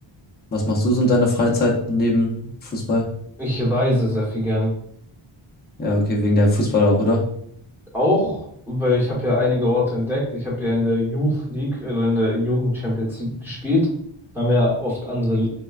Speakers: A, on the left; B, in the centre.
A: Was machst du so in deiner Freizeit neben Fußball?
B: Ich reise sehr viel gerne.
A: Ja, okay, wegen der Fußball auch, oder?
B: auch, weil ich habe ja einige Orte entdeckt. Ich habe ja in der Youth League, also in der Jugend Champions League gespielt. Da haben wir ja oft andere